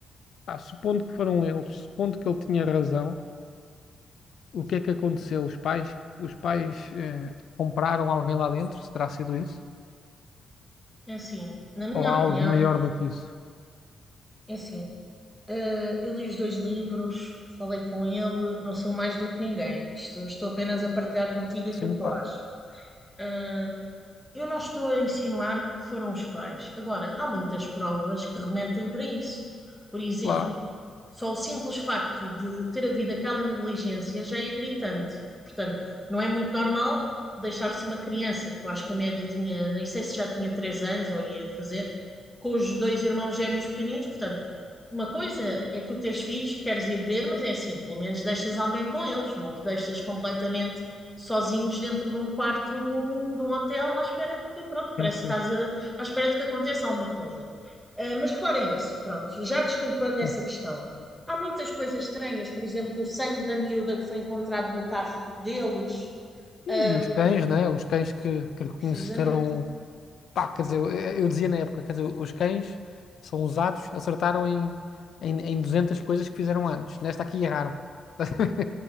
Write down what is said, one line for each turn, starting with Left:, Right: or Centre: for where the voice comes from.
Left: pá, supondo que foram eles, supondo que ele tinha razão, o que é que aconteceu? Os pais, os pais eh, compraram alguém lá dentro, se terá sido isso?
Centre: É assim, na minha
Left: Ou há
Centre: opinião,
Left: algo maior do que isso?
Centre: é assim, eh, eu li os dois livros, falei com ele, não sou mais do que ninguém. Isto, estou apenas a partilhar contigo aquilo
Left: Sim,
Centre: que
Left: pá.
Centre: eu acho. Eh, Eu não estou a insinuar que foram os pais. Agora, há muitas provas que remetem para isso. Por exemplo,
Left: Claro,
Centre: só o simples facto de ter havido aquela negligência já é gritante. Portanto, não é muito normal deixar-se uma criança, que eu acho que a média tinha, nem sei se já tinha 3 anos ou ia fazer, com os dois irmãos gêmeos pequeninos. Portanto, uma coisa é tu teres filhos, queres ir beber, mas é assim, pelo menos deixas alguém com eles, não os deixas completamente sozinhos dentro de um quarto de um, de um hotel à espera de que, pronto, parece
Left: sim, sim.
Centre: que estás a, à espera de que aconteça alguma coisa. Ah, mas fora isso, pronto, já desculpando essa
Left: sim.
Centre: questão, Há muitas coisas estranhas, por exemplo, o sangue da miúda que foi encontrado no carro deles,
Left: E
Centre: ahm,
Left: os cães, né? Os cães que, que reconheceram
Centre: precisamente.
Left: Pá, quer dizer, eu, eu dizia na época, quer dizer, os cães são usados, acertaram em, em, em 200 coisas que fizeram antes. Nesta aqui erraram. <laughs>